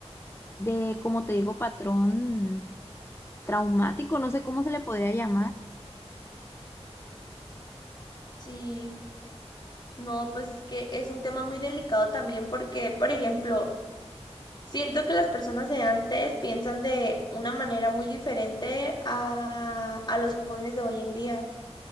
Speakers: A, on the left (about 20°); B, on the left (about 40°).
A: de, como te digo, patrón traumático, no sé cómo se le podría llamar.
B: Sí, no, pues es que es un tema muy delicado también porque, por ejemplo, siento que las personas de antes piensan de una manera muy diferente a, a los jóvenes de hoy en día.